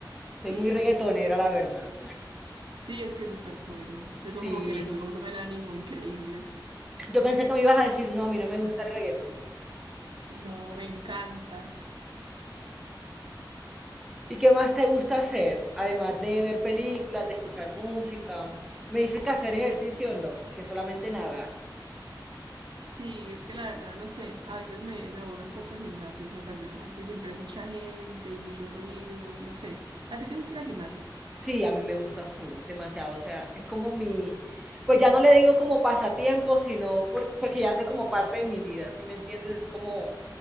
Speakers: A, in the centre; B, on the right (about 75°).
A: Soy
B: Sí.
A: muy reggaetonera, la verdad.
B: Sí, es que es súper bueno. Eso
A: Sí.
B: como que le sube a uno el ánimo increíble.
A: Yo pensé que me ibas a decir, no, a mí no me gusta el reggaetón.
B: No, me encanta.
A: ¿Y qué más te gusta hacer? Además de ver películas, de escuchar música. Me dices que hacer ejercicio no, que solamente nadar.
B: Sí, es que la verdad, no sé, a veces me, me aburre un poco el gimnasio. Me parece como que siempre hay mucha gente y mucho ruido, no sé. ¿A ti te gusta ir al gimnasio?
A: Sí, a mí me gusta full, demasiado. O sea, es como mi, pues ya no le digo como pasatiempo, sino por- porque ya hace como parte de mi vida, ¿sí me entiendes? Es como